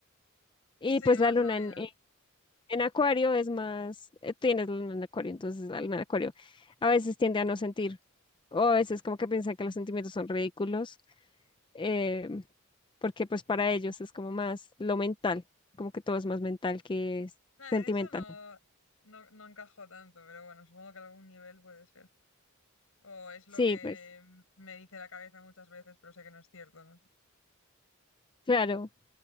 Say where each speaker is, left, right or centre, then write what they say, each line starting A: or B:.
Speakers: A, on the left; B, on the left.
A: Y
B: sí,
A: pues
B: más
A: la luna
B: o menos.
A: en, en- en Acuario es más, eh, tienes la luna en Acuario, entonces la luna en Acuario a veces tiende a no sentir, o a veces como que piensan que los sentimientos son ridículos eh, porque pues para ellos es como más lo mental, como que todo es más mental que es
B: Nah,
A: sentimental.
B: en eso no, no, no encajo tanto, pero bueno, supongo que algún nivel puede ser. O es lo
A: Sí,
B: que
A: pues
B: mm, me dice la cabeza muchas veces, pero sé que no es cierto, ¿no?
A: claro.